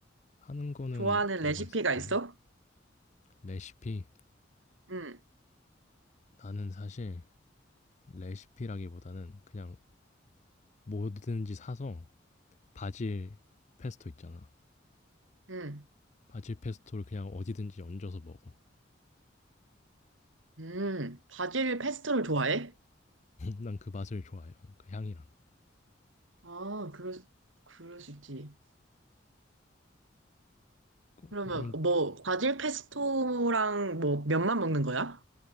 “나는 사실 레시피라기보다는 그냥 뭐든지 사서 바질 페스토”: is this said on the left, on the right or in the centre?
Left